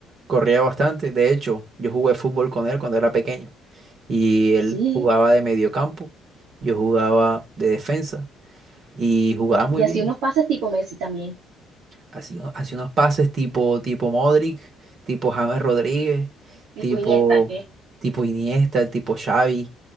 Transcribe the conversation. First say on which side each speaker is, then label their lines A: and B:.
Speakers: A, on the right; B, on the right.
A: corría bastante. De hecho, yo jugué fútbol con él cuando era pequeño. Y él
B: sí.
A: jugaba de mediocampo, yo jugaba de defensa y jugaba muy
B: Y así
A: bien.
B: unos pases tipo Messi también.
A: Así, ¿no? hace unos pases tipo, tipo Modric, tipo James Rodríguez,
B: Tipo
A: tipo,
B: Iniesta, ¿qué?
A: tipo Iniesta, tipo Xavi.